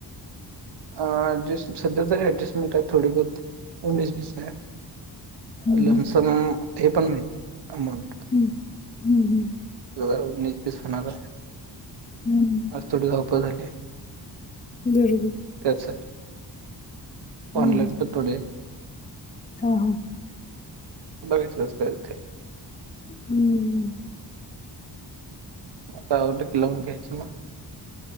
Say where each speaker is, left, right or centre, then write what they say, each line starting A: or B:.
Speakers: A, on the right; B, on the left.
A: आ... ऍडजेस्ट सध्या तरी ऍडजस्टमेंट आहे थोडी बहुत उणीस बीस हाय
B: हं
A: लमसमा
B: हं
A: हे पण माहीत अमोंट
B: हम्म हम्म
A: वगराव मीच हेच होणाराय......
B: हं
A: आज थोडी धावपळ झाली.....
B: बरोबर
A: त्यासाठी.....
B: हं
A: ऑनलाईन पण थोडे
B: हां हं
A: बरेच व्यस्त आहेत ते
B: हम्म्म
A: आता अ डीक लावून घ्यायच ना